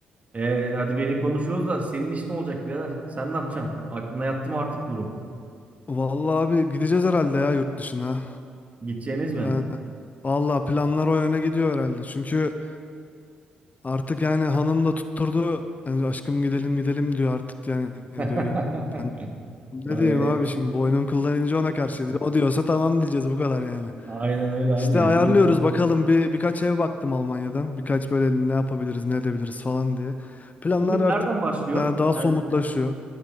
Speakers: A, on the right (about 30°); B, on the left (about 35°).
A: E, hadi beni konuşuyoruz da senin iş ne olacak birader? Sen ne yapacaksın? Aklına yattı mı artık durum?
B: Vallahi abi gideceğiz herhalde ya yurt dışına.
A: Gideceğiniz mi?
B: Yani vallahi planlar o yöne gidiyor herhalde. Çünkü artık yani hanım da tutturdu. Yani aşkım gidelim gidelim diyor artık yani
A: <laughs>
B: diyor. Ben ne
A: Aynen,
B: diyeyim abi şimdi boynum kıldan ince ona karşı diyor. O diyorsa tamam diyeceğiz bu kadar yani.
A: aynen öyle abi.
B: İşte
A: Hükümete.
B: ayarlıyoruz bakalım bir birkaç ev baktım Almanya'dan. Birkaç böyle ne yapabiliriz, ne edebiliriz falan diye. Planlar
A: Şimdi
B: artık
A: nereden başlıyorsun?
B: e, daha somutlaşıyor.
A: Yani